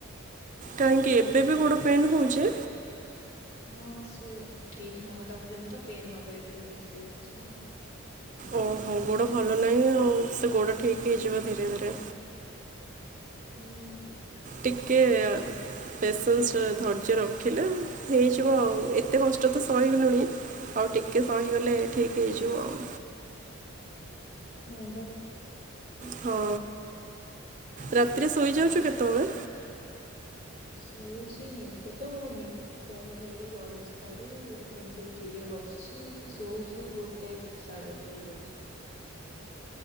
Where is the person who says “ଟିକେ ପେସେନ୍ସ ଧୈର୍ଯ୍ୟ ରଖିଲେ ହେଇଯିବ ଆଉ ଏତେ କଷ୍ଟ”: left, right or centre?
Right